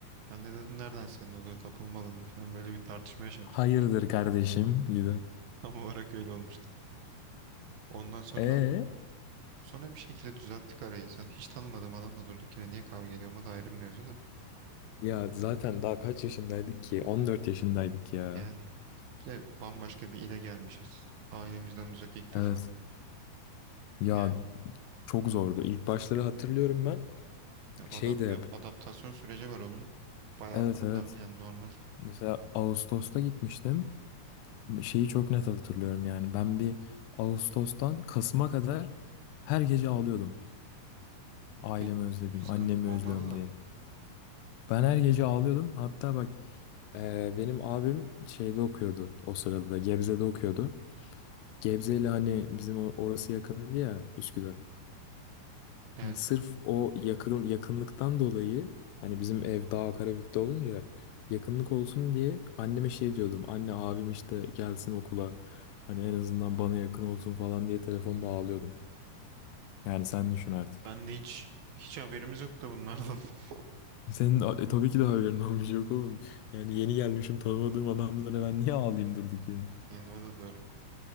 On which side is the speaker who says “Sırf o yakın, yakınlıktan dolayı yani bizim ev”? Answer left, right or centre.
Left